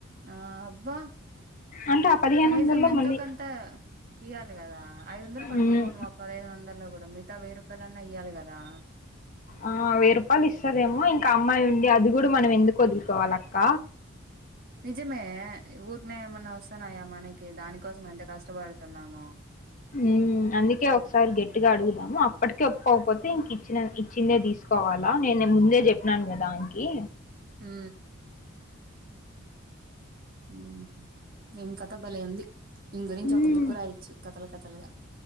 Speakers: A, on the right; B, on the left.
A: ఆ అబ్బా
B: అంటే ఆ పదిహేను
A: కనీసం
B: వందల్లో
A: ఎంతోకంత
B: మళ్ళీ
A: ఇయ్వాలె గదా ఐదొందలు పట్టుకోను
B: మ్మ్.
A: అప్ పదహేనొందల్లో గూడ మితా వేయి రూపాయలన్నా ఇయాలి గదా
B: ఆ వెయ్ రూపాలిస్సదేమో ఇంకామ్మాయుండి అది గూడ మనం ఎందుకొదులుకోవాలక్క
A: నిజమే ఊరికనే ఏమన్నా ఒస్తున్నాయా మనకి దానికోసం ఎంత కష్టపడుతున్నాము
B: ఊమ్ అందుకే ఒకసారి గట్టిగా అడుగుదాము అప్పటిక ఒప్పుకపోతే ఇంక ఇచ్చ ఇచ్చిందే తీసుకోవాలా నేను ముందే చెప్పినాను కదా అంకీ
A: ఉ ఉమ్ ఇమ్ కథ భలేవుంది ఇమ్ గురించి
B: మ్మ్,
A: ఒక బుక్ రాయచ్చు కథలు కథలుగా